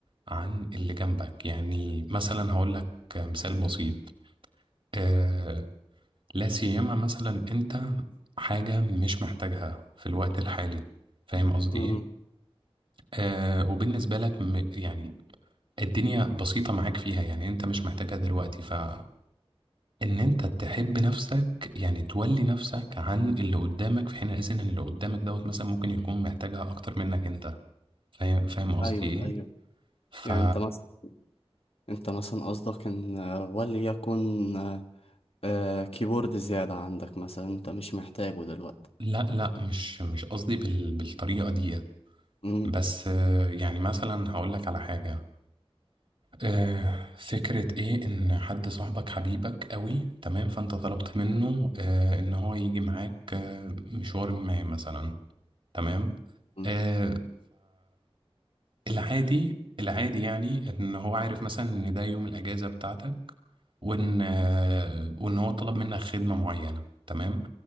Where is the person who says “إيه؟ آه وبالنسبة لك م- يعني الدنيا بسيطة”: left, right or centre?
Right